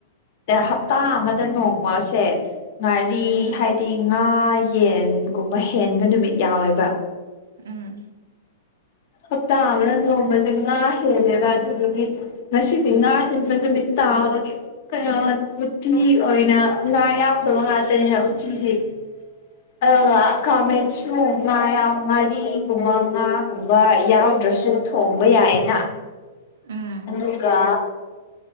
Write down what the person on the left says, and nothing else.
ꯍꯞꯇꯥ ꯑꯃꯗ ꯅꯣꯡꯃꯁꯦ ꯉꯥꯔꯤ
ꯍꯥꯏꯗꯤ ꯉꯥ ꯌꯦꯟꯒꯨꯝꯕ ꯍꯦꯟꯕ ꯅꯨꯃꯤꯠ ꯌꯥꯎꯋꯦꯕ
ꯍꯞꯇꯥ ꯑꯃꯗ ꯅꯣꯡꯃꯁꯦ ꯉꯥ ꯍꯦꯜꯂꯦꯕ ꯑꯗꯨꯗꯨꯒꯤ ꯉꯁꯤꯗꯤ ꯉꯥ ꯍꯦꯟꯕ ꯅꯨꯃꯤꯠ ꯇꯥꯕꯒꯤ ꯀꯩꯅꯣ ꯎꯠꯇꯤ ꯑꯣꯏꯅ ꯉꯥ ꯌꯥꯎꯗꯕ ꯉꯥꯛꯇꯅꯤꯅ ꯎꯇꯤꯗꯤ ꯑꯗꯨꯒ ꯀꯥꯡꯃꯦꯠꯁꯨ ꯉꯥ ꯌꯥ ꯉꯥꯔꯤꯒꯨꯝꯕ ꯉꯥꯒꯨꯝꯕ ꯌꯥꯎꯗ꯭ꯔꯁꯨ ꯊꯣꯡꯕ ꯌꯥꯏꯌꯦꯅ
ꯑꯗꯨꯒ